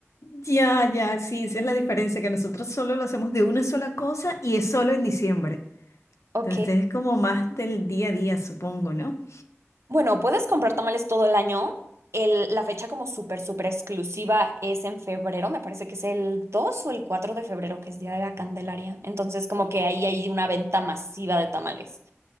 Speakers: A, on the left (about 75°); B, on the right (about 65°).
A: ya, ya, sí, esa es la diferencia, que nosotros solo lo hacemos de una sola cosa y es solo en diciembre.
B: Ok.
A: Entonces ustedes como más del día a día, supongo, ¿no?
B: Bueno, puedes comprar tamales todo el año. El- la fecha como súper, súper exclusiva es en febrero. Me parece que es el 2 o el 4 de febrero, que es Día de la Candelaria. Entonces, como que ahí hay una venta masiva de tamales.